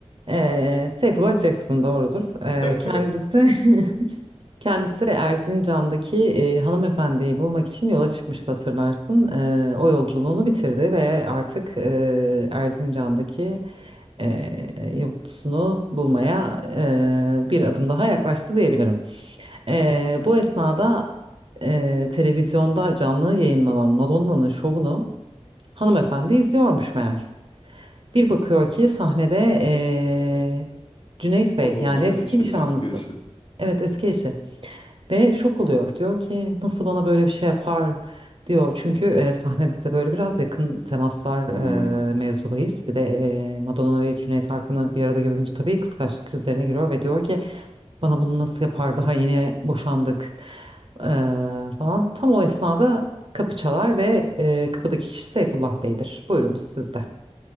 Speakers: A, on the right (about 50°); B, on the left (about 45°).
A: e, Seyfullah Jackson doğrudur.
B: <laughs>
A: E, kendisi <laughs> Kendisi Erzincan'daki e, hanımefendiyi bulmak için yola çıkmıştı hatırlarsın. E, o yolculuğunu bitirdi ve artık e, Erzincan'daki e, yavuklusunu bulmaya e, bir adım daha yaklaştı diyebilirim. E, bu esnada e, televizyonda canlı yayınlanan Madonna'nın şovunu hanımefendi izliyormuş meğer. Bir bakıyor ki sahnede e, Cüneyt Bey
B: Madonna
A: yani eski
B: ve eşi
A: nişanlısı.
B: eski eşi.
A: Evet eski eşi. Ve şok oluyor. Diyor ki nasıl bana böyle bir şey yapar diyor. Çünkü e, sahnede de böyle biraz yakın temaslar
B: Hmm.
A: e, mevzu bahis. Bir de e, Madonna ve Cüneyt Arkın'ı bir arada görünce tabii kıskançlık krizlerine giriyor ve diyor ki bana bunu nasıl yapar daha yeni boşandık e, falan. Tam o esnada kapı çalar ve e, kapıdaki kişi Seyfullah Bey'dir. Buyurunuz siz de.